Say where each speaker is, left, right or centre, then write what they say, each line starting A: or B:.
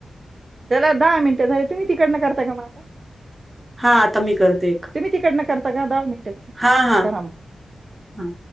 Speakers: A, on the right; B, on the right.
A: चला दहा मिनटं झाले, तुम्ही तिकडनं करता का मला आता.
B: हा आता मी करते.
A: तुम्ही तिकडनं करता का दहा मिनट
B: हां, हां,
A: करा मग.
B: हां.